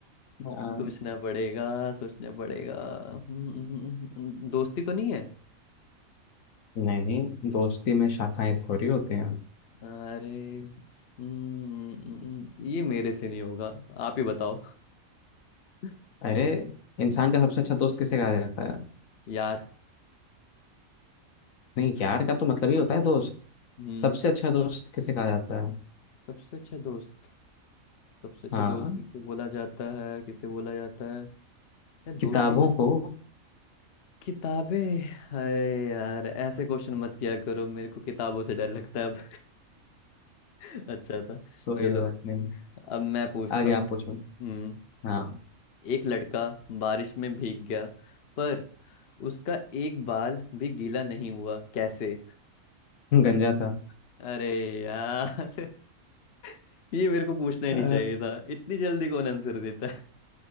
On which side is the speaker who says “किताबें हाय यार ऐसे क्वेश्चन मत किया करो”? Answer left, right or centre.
Left